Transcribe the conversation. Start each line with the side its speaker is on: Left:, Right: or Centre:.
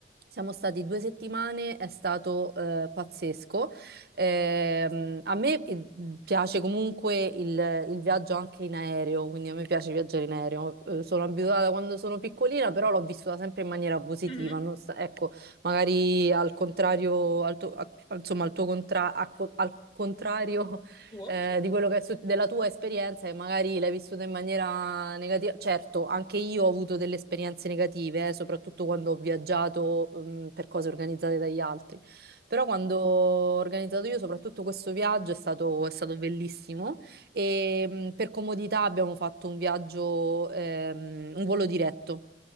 Right: Siamo stati due settimane, è stato eh, pazzesco. Ehm, a me eh, piace comunque il, il viaggio anche in aereo, quindi a me piace viaggiare in aereo. Eh, sono abituata quando sono piccolina, però l'ho vissuta sempre in maniera positiva.
Left: Mhm.
Right: non sa- ecco, magari al contrario, al tuo, a- insomma, al tuo contra- a co- al contrario
Left: Tuo?
Right: eh,
Left: Sì.
Right: di quello che è su- della tua esperienza e magari l'hai vissuta in maniera negativa. Certo, anche io ho avuto delle esperienze negative, eh, soprattutto quando ho viaggiato, mm, per cose organizzate dagli altri. Però quando ho organizzato io, soprattutto questo viaggio, è stato, è stato bellissimo e mm, per comodità abbiamo fatto un viaggio, ehm, un volo diretto.